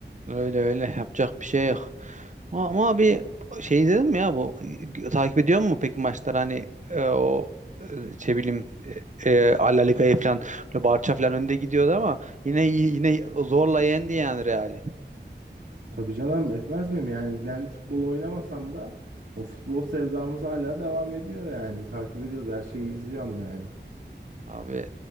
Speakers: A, on the right; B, on the right.
A: Öyle öyle yapacak bir şey yok. Ama ama bir şey izledin mi ya bu takip ediyor mu peki maçlar hani e, o e, şey bileyim e, e, La Liga'yı falan böyle Barça falan önde gidiyordu ama yine yine zorla yendi yani Real'i.
B: Tabii canım etmez miyim yani ben futbol oynamasam da o futbol sevdamız hala devam ediyor yani takip ediyoruz her şeyi izliyorum yani.
A: Abi